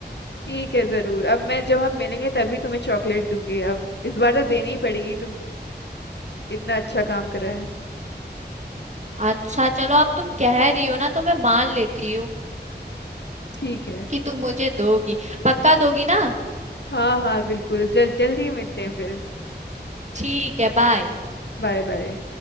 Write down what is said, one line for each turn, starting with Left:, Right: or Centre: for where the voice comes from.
Left: ठीक है जरूर अब मैं जब हम मिलेंगे तभी तुम्हें चॉकलेट दूंगी अब इस बार तो देनी ही पड़ेगी तुम इतना अच्छा काम कर रहा है
Right: अच्छा चलो अब तुम कह रही हो ना तो मैं मान लेती हूँ
Left: ठीक है
Right: कि तुम मुझे दोगी पक्का दोगी ना
Left: हाँ हाँ बिल्कुल जल जल्दी ही मिलते हैं फिर
Right: ठीक है बाय
Left: Bye bye